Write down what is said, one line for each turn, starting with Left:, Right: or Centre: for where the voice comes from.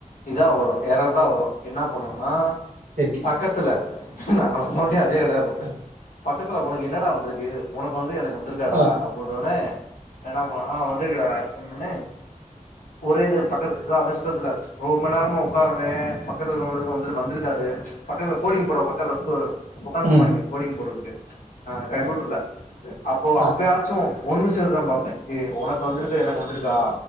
Left: இதா வரு எரர்தா வரு என்ன பண்ணுவனா
Right: சேரி
Left: பக்கத்துல நா மறுபடியு அதே வேலயதா பாப்பே
Right: ஆ
Left: த்துல உனக்கு என்னடா வந்திருக்கு உனக்கு வந்து எனக்கு வந்துருக்காடா
Right: ஆ
Left: அப் போட்டோனே ஏனா ஆ வந்துருக்குடா அப்டினோன்னே ஒரே இது பக்கத்து ஏதோ அந்த ஸிஸ்டத்துல ஒரு மணி நேரமா உக்காந்து உக்காருவே பக்கத்துல உள்ளவங்களுக்கு வந்து வந்துருக்காது பக்கத்துல போடிங் போட ப பக்கத்துல உக்காந்துருப்பாங்க
Right: ம்
Left: போடிங் போட்றதுங்கு அ கம்ப்யூட்டருல அப்போ
Right: ஆ
Left: அப்பயாச்சு ஒண்ணு சேரு தான் பாப்பே ஏ உனக்கு வந்துருக்கு எனக்கு வந்திருக்கா